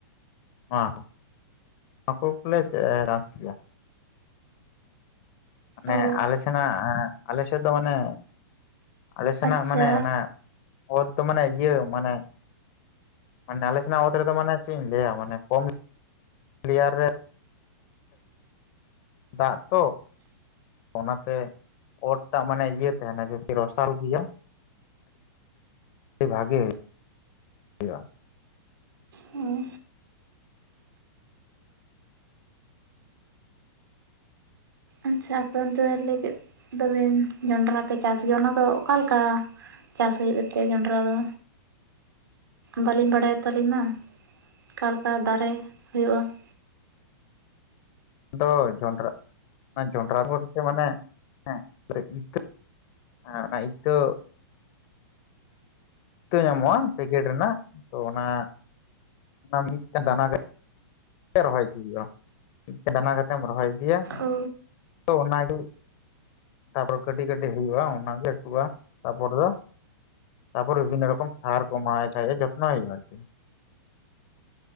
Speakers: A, on the left; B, on the right.
A: ᱱᱚᱣᱟ ᱦᱚᱸ ᱦᱟᱠᱩ ᱠᱚᱞᱮ ᱨᱟᱥᱮᱭᱟ ᱾ ᱢᱟᱱᱮ
B: ᱚ
A: ᱟᱞᱮ ᱥᱮᱱᱟᱜ ᱟᱞᱮ ᱥᱮᱫ ᱫᱚ ᱚᱱᱮ ᱟᱞᱮ ᱥᱮᱱᱟᱜ
B: ᱟᱪᱪᱷᱟ
A: ᱢᱟᱱᱮ ᱚᱱᱟ ᱚᱛ ᱫᱚ ᱢᱟᱱᱮ ᱤᱭᱟᱹ ᱢᱟᱱᱮ ᱢᱟᱱᱮ ᱟᱞᱮ ᱥᱮᱱᱟᱜ ᱚᱛ ᱨᱮᱫᱚ ᱢᱟᱱᱮ ᱪᱮᱫ ᱤᱧ ᱞᱟᱹᱭᱟ ᱢᱟᱱᱮ ᱠᱚᱢ, ᱞᱮᱭᱟᱨ ᱨᱮ ᱫᱟᱜ ᱛᱚ ᱚᱱᱟᱛᱮ ᱚᱛ ᱴᱟᱜ ᱢᱟᱱᱮ ᱤᱭᱟᱹ ᱛᱟᱦᱮᱱᱟ ᱡᱮᱠᱤ ᱨᱚᱥᱟᱞ ᱜᱮᱭᱟ ᱾ ᱟᱹᱰᱤ ᱵᱷᱟᱜᱮ ᱦᱳᱭᱳᱜᱼᱟ ᱾
B: ᱦᱮᱸ ᱟᱪᱪᱷᱟ ᱟᱯᱮ ᱚᱱᱛᱮ ᱞᱟᱹᱭ ᱠᱮᱫ ᱫᱚᱵᱤᱱ ᱡᱚᱱᱰᱨᱟ ᱯᱮ ᱪᱟᱥ ᱜᱮᱭᱟ ᱚᱱᱟᱫᱚ ᱚᱠᱟᱞᱮᱠᱟ? ᱪᱟᱥ ᱦᱩᱭᱩᱜ ᱜᱮᱛᱮ ᱡᱚᱱᱰᱨᱟ ᱫᱚ ᱵᱟᱹᱞᱤᱧ ᱵᱟᱲᱟᱭᱟ ᱛᱚ ᱟᱞᱤᱧ ᱢᱟ ᱚᱠᱟᱞᱮᱠᱟ ᱫᱟᱨᱮ ᱦᱩᱭᱩᱜ-ᱟ ᱾
A: ᱟᱫᱚ ᱡᱚᱱᱰᱨᱟ ᱡᱚᱱᱰᱨᱟ ᱵᱚᱞᱛᱮ ᱢᱟᱱᱮ ᱦᱮᱸ ᱤᱛᱟᱹ ᱦᱮ ᱚᱱᱟ ᱤᱛᱟᱹ ᱤᱛᱟᱹ ᱧᱟᱢᱚᱜᱼᱟ ᱯᱮᱠᱮᱴ ᱨᱮᱱᱟᱜ, ᱛᱚ ᱚᱱᱟ ᱚᱱᱟ ᱢᱤᱫᱴᱮᱱ ᱫᱟᱱᱟ ᱜᱮ ᱛᱮ ᱨᱚᱦᱚᱭ ᱤᱫᱤᱭ ᱦᱩᱭᱩᱜᱼᱟ, ᱢᱤᱫᱴᱮᱡ ᱫᱟᱱᱟ ᱠᱟᱛᱮᱢ ᱨᱚᱦᱚᱭ ᱤᱫᱤᱭᱟ
B: ᱳ
A: ᱛᱚ ᱚᱱᱟᱜᱮ ᱛᱟᱯᱚᱨ ᱠᱟᱹᱴᱤᱡ ᱠᱟᱹᱴᱤᱡ ᱦᱩᱭᱩᱜᱼᱟ ᱚᱱᱟᱜᱮ ᱞᱟᱹᱴᱩᱜᱼᱟ ᱛᱟᱯᱚᱨ ᱫᱚ ᱛᱟᱯᱚᱨ ᱵᱤᱵᱷᱤᱱᱱᱚ ᱨᱚᱠᱚᱢ ᱥᱟᱨ ᱠᱚ ᱮᱢᱟᱣ ᱟᱭ ᱠᱷᱟᱡ ᱜᱮ ᱡᱚᱛᱱᱚ ᱦᱩᱭᱩᱜᱼᱟ ᱟᱨᱠᱤ᱾